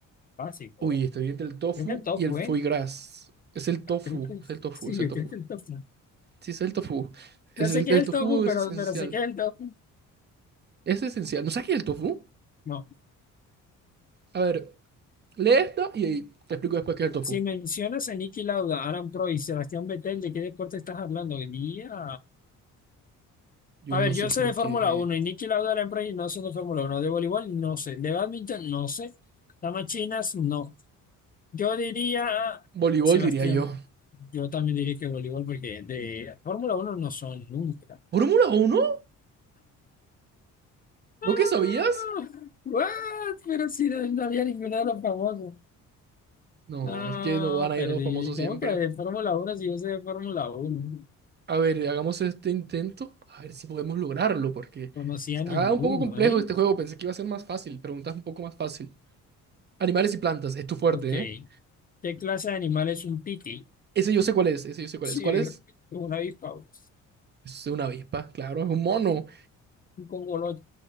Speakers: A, on the left (about 30°); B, on the right (about 35°).
A: básico.
B: Uy, estoy entre el tofu
A: Creo que el tofu,
B: y el foie
A: ¿eh?
B: gras. Es el tofu,
A: Creo que
B: es el tofu,
A: sí,
B: es el
A: yo
B: tofu.
A: creo que el tofu.
B: Sí, es el tofu. Es
A: No
B: el,
A: sé qué
B: el
A: es el
B: tofu
A: tofu,
B: es
A: pero,
B: esencial.
A: pero sé qué es el tofu.
B: Es esencial. ¿No sabes qué es el tofu?
A: No.
B: A ver, lee esto y te explico después qué es el tofu.
A: Si mencionas a Niki Lauda, Alan Proy, y Sebastián Vettel, ¿de qué deporte estás hablando? Día.
B: Yo
A: A ver,
B: no sé
A: yo
B: por
A: sé de Fórmula
B: qué.
A: uno y Niki Lauda la empresa no sé de Fórmula uno De voleibol no sé. De badminton no sé. Damas chinas no. Yo diría,
B: Voleibol,
A: Sebastián,
B: diría yo.
A: yo también diría que voleibol porque de Fórmula uno no son nunca.
B: ¿Fórmula uno.
A: Ah,
B: ¿No que sabías?
A: what? Pero si no, no había ninguno de los famosos.
B: No,
A: Ah,
B: es que no van a
A: perdí.
B: ir a los famosos
A: ¿Cómo
B: siempre.
A: que de Fórmula uno si yo sé de Fórmula uno.
B: A ver, hagamos este intento. A ver si podemos lograrlo, porque
A: Conocía
B: está
A: ninguno,
B: un poco complejo
A: ¿eh?
B: este juego. Pensé que iba a ser más fácil. Preguntas un poco más fácil. Animales y plantas, es tu fuerte,
A: Ok.
B: ¿eh?
A: ¿Qué clase de animal es un piti?
B: Ese yo sé cuál es, ese yo sé cuál
A: Sí,
B: es. ¿Cuál
A: <laughs>
B: es?
A: un avispavo.
B: Es una avispa, claro, es un mono,
A: con Congolo